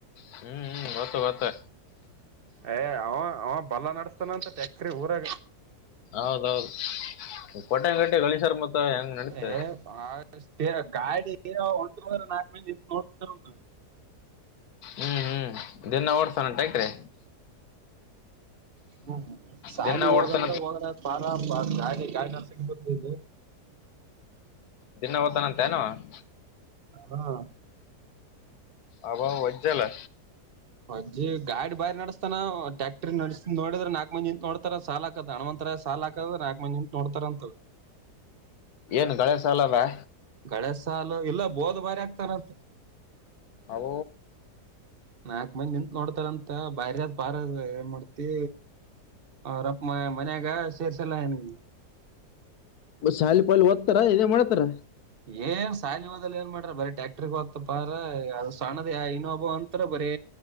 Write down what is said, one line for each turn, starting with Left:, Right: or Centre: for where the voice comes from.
Left: ಹ್ಮ್ ಹ್ಮ್ ಗೊತ್ತು ಗೊತ್ತು.
Right: ಯ ಅವ ಅವ ಬಲ್ಲ ನಡಸ್ತಾನ ಅಂತ ಟ್ಯಾಕ್ಟ್ರಿ ಊರಾಗ.
Left: ಹೌದೌದು ಕಟೆಂಗಟ್ಟೆ ಗಳೇಶ್ರ್ ಮತ್ತ ಹೆಂಗ ನಡಿತ.
Right: ಏ ಅಷ್ಟೇ ಗಾಡಿ ಹೊಂಟರ್ಂದ್ರ ನಾಕ ಮಂದಿ ನಿಂತ್ ನೋಡ್ತರಂತ.
Left: ಹ್ಮ್ ಹ್ಮ್ ದಿನ್ನ ಓಡ್ಸನಏನ್ ಟ್ರಾಕ್ಟಾರಿ.
Right: ಹ್ಮ ಸಾಲಿಗ್
Left: ದಿನ
Right: ಹೋಗಂದ್ರೆ
Left: ಓಡ್ತಾನ
Right: ಹ ಬಾ <unintelligible>
Left: ದಿನ ಓ್ತನಂತ ಏನ ಅವ್.
Right: ಹಾ,
Left: ಹಬಬ ವಜೈಲ್ಲ.
Right: ವಜ್ಜಿ ಗಾಡಿ ಬಾರಿ ನಡಸ್ತಾನ ಅವ್ ಟ್ಯಾಕ್ಟ್ರ ನಡ್ಸ ನೋಡಿದ್ರ ನಾಕ್ ಮಂದಿ ನಿಂತ ನೋಡ್ತಾರ ಸಾಲ ಹಾಕದ ಹಣ್ಮಂತ. ಸಾಲ ಹಾಕದ ನಾಕ್ ಮಂದಿ ನಿಂತ್ ನೋಡ್ತಾರ ಅಂತ.
Left: ಏನ ಗಳೇಸಾಲ್ದ.
Right: ಗಳೇಶ ಸಾಲು ಇಲ್ಲ ಬೋದ ಬಾರಿ ಆಗ್ತಾರಂತ.
Left: ಹೌ,
Right: ನಾಕ ಮಂದಿ ನಿಂತ ನೋಡ್ತಾರಂತ ಬಾರಿ ಆದ ಪಾರ ಅದ ಏನ್ ಮಾಡ್ತಿ. ಹ ರಪ್ಪ ಮನ್ಯಾಗ ಸೇರ್ಸಲ್ಲ ಏನ.
Left: ಒ ಶಾಲಿ ಪಾಲಿ ಓದತಾರ ಇದೇ ಮಾಡ್ತಾರ.
Right: ಏನ ಸಾಲಿ ಒದ್ಲಾ ಏನ ಮಾಡ್ರ ಬರೀ ಟ್ಯಾಕ್ಟ್ರ ಹೊತ್ದ್ ಪಾರ್ ಅದು ಸಣದ ಇನ್ನೊಬ್ಬ ಅಂತರ ಬರೇ,